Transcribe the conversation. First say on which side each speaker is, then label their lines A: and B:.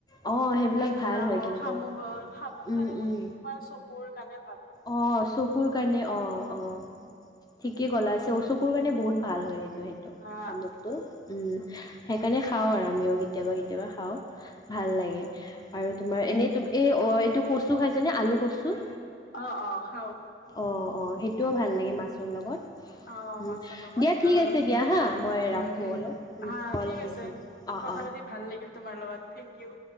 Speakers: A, on the left; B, on the left.
A: অ', সেইবিলাক
B: কেকুৰা
A: ভাল হয়
B: হওক
A: কিন্তু
B: শামুক হওক শামুক
A: উম,
B: খালে মানে
A: উম।
B: তোমাৰ চকুৰ কণে
A: অ চকুৰ কাৰণে অ অ ঠিকেই ক'লা আছে অ চকুৰ কাৰণে বহুত ভাল হয় কিন্তু সেইটো
B: হা
A: সামোক তো সেইকাৰণে খাওঁ আৰু আমিও কেতিয়াবা কেতিয়াবা খাওঁ ভাল লাগে। আৰু তোমাৰ এনেই ত এই এইটো কচু খাইছে নে আলু কচু।
B: অ অ খাও।
A: অ অ সেইটোও ভাল লাগে মাছৰ লগত
B: অ
A: উম
B: মাছৰ লগত
A: দিয়া ঠিক
B: অ
A: আছে দিয়া হা মই
B: উম
A: ৰাখো
B: উম
A: অলপ উম
B: হা
A: কল
B: ঠিক
A: আহিছে
B: আছে
A: মো অ
B: কথা
A: অ
B: পাতি ভাল লাগিল তোমাৰ লগত থেংক কিউ